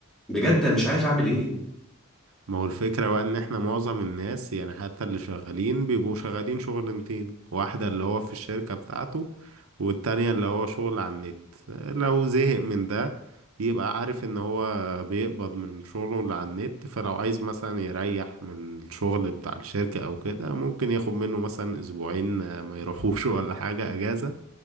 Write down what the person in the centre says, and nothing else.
بجد مش عارف اعمل ايه